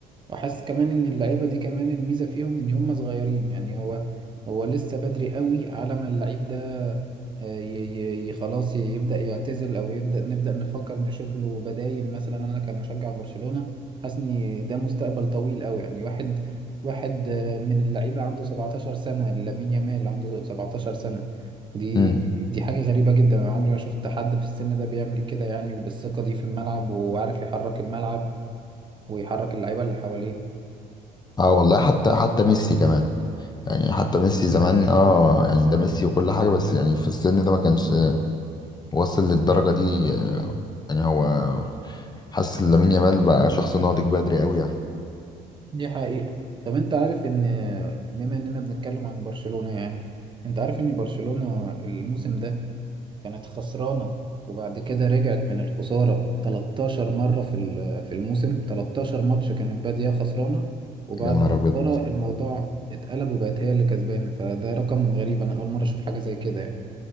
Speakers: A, on the right; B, on the left.
A: وحاسس كمان ان اللعيبه دي كمان الميزه فيهم ان هم صغيرين يعني هو هو لسه بدري قوي على ما اللعيب ده آه، ي ي ي- خلاص ي- يبدا يعتزل او يبدا نبدا نفكر نشوف له بدايل مثلا انا كمشجع برشلونه حاسس ان ده مستقبل طويل قوي يعني واحد واحد آه، من اللعيبه عنده 17 سنه لامين يامال عنده 17 سنه دي
B: مم.
A: دي حاجه غريبه جدا انا عمري ما شفت حد في السن ده بيعمل كده يعني وبالثقه دي في الملعب وعارف يحرك الملعب ويحرك اللعيبه اللي حواليه
B: اه والله حتى حتى ميسي كمان يعني حتى ميسي زمان اه يعني ده ميسي وكل حاجة بس يعني في السن ده ما كانش وصل للدرجة دي آه، يعني هو حاسس ان لامين يامال بقى شخص ناضج بدري قوي يعني
A: دي حقيقة طب انت عارف ان بما اننا بنتكلم عن برشلونة يعني انت عارف ان برشلونة الموسم ده كانت خسرانة وبعد كده رجعت من الخسارة 13 مرة في ال- في الموسم 13 ماتش كانت بادية خسرانة وبعد
B: يا نهار ابيض
A: الخسارة الموضوع اتقلب وبقت هي اللي كسبانة فده رقم غريب انا اول مرة اشوف حاجة زي كده يعني